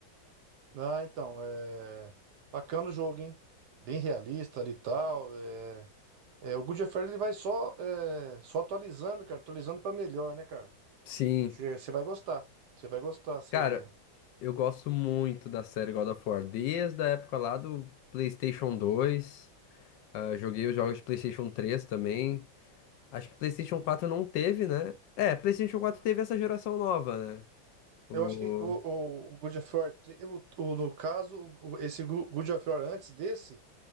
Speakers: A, on the right (about 65°); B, on the left (about 75°).
A: Ah, então, é... Bacana o jogo, hein? Bem realista ali e tal. É... é, o God of War ele vai só, é, só atualizando, cara. Atualizando pra melhor, né, cara?
B: Sim.
A: Você você vai gostar. Você vai gostar. Você...
B: Cara, eu gosto muito da série God of War. Desde a época lá do PlayStation 2. Ah, joguei os jogos de PlayStation 3 também. Acho que PlayStation 4 não teve, né? É, PlayStation 4 teve essa geração nova, né? O...
A: Eu acho que o, o, o God of War, tre- o, o- no caso, o- o- esse Go- God of War antes desse,